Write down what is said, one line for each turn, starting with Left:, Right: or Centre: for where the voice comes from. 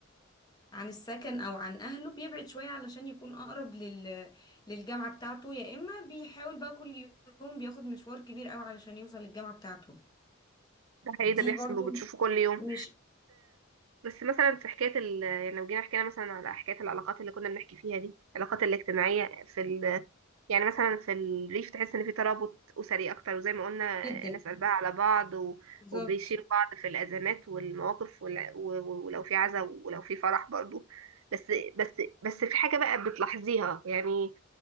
Left: عن السكن أو عن أهله بيبعد شوية علشان يكون أقرب لل للجامعة بتاعته يا إما بيحاول بقى كل يوم بياخد مشوار كبير أوي علشان يوصل للجامعة بتاعته
Right: ده حقيقي ده
Left: دي
Right: بيحصل
Left: برضو
Right: وبتشوفه كل يوم
Left: مش
Right: بس مثلا في حكايه ال... يعني لو جينا حكينا مثلا على حكايه العلاقات اللي كنا بنحكي فيها دي العلاقات الاجتماعيه في ال... يعني مثلا في الريف تحس ان في ترابط اسري اكتر وزي ما قلنا
Left: جدا
Right: الناس قلبها على بعض و...
Left: بالظبط
Right: وبيشيلوا بعض في الازمات والمواقف وال... و... و- ولو في عزا ولو في فرح برضو بس بس بس في حاجه بقى بتلاحظيها يعني